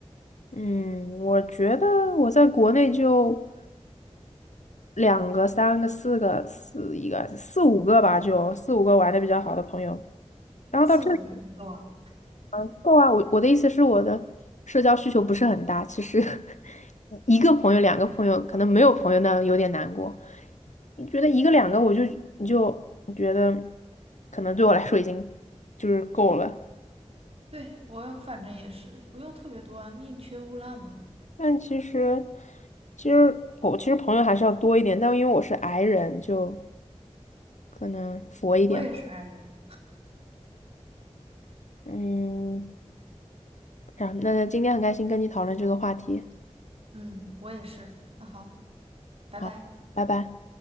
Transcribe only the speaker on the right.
四五个还不够啊。
对，我反正也是，不用特别多啊宁缺毋滥嘛。
我也是 i 人，
嗯，我也是。那好，拜拜。